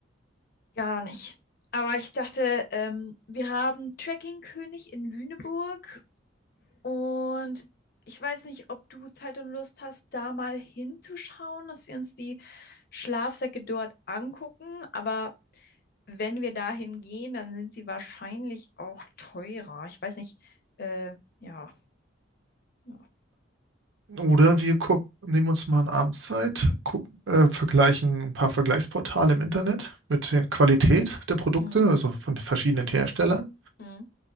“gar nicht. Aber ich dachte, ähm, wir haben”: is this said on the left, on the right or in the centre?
Left